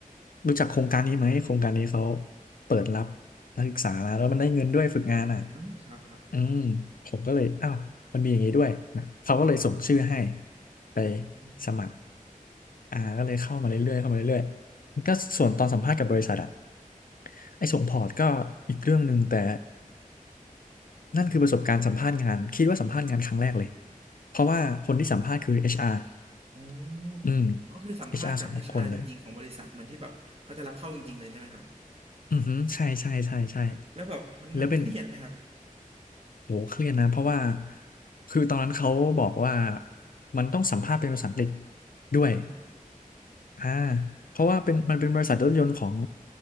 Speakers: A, on the left; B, on the right.
A: รู้จักโครงการนี้ไหมโครงการนี้เขาเปิดรับนักศึกษานะแล้วมันได้เงินด้วยฝึกงานอ่ะ
B: อ่าครับครับ
A: อืมผมก็เลยอ้าวมันมีอย่างนี้ด้วยนะเขาก็เลยส่งชื่อให้ไป
B: อืม
A: สมัครอ่าก็เลยเข้ามาเรื่อยๆเข้ามาเรื่อยๆก็ส่วนตอนสัมภาษณ์กับบริษัทอะ ไอ้ส่งพอร์ตก็อีกเรื่องหนึ่งแต่นั่นคือประสบการณ์สัมภาษณ์งานคิดว่าสัมภาษณ์งานครั้งแรกเลยเพราะว่าคนที่สัมภาษณ์คือ HR อชอาร์
B: โอ้
A: อืม
B: ก็คือสัมภาษณ์กับ
A: HR สองคนเลย
B: HR จริงๆของบริษัทเหมือนที่แบบเขาจะรับเข้าจริงๆเลยใช่ไหมครับ
A: อือฮึใช่ใช่ใช่ใช่
B: แล้วแบบมันมันเครียดไหมครับ
A: แล้วเป็นโหเครียดนะเพราะว่าคือตอนนั้นเขาบอกว่ามันต้องสัมภาษณ์เป็นภาษาอังกฤษด้วย
B: อ๋อ
A: อ่าเพราะว่าเป็นมันเป็นบริษัทรถยนต์ของ